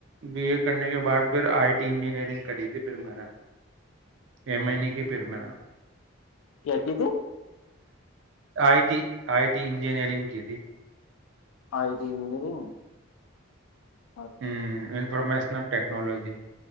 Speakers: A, on the right; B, on the left.
A: بی اے کرنے کے بعد پھر آئی ٹی انجینئرنگ کری تھی پھر میں نے ایم نہیں کی پیرمینا
B: کیا کی تھی
A: I T I T engineering کی تھی
B: آئی ت م نہیں نہیں ہ
A: ا انفارمیشنل ٹیکنالوجی